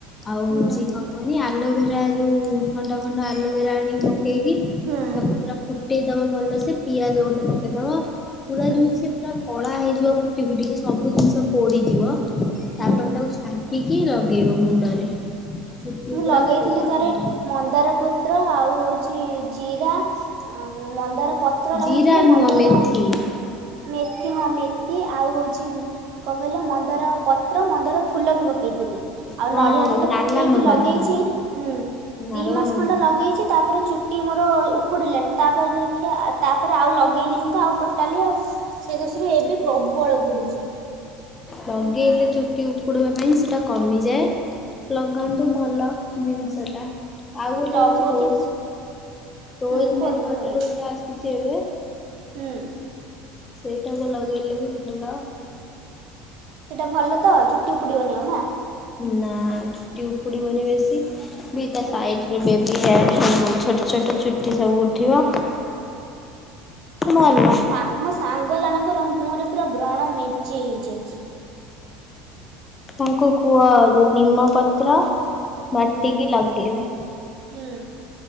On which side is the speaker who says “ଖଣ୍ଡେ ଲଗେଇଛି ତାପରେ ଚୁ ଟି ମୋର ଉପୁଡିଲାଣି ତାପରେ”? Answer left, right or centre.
Right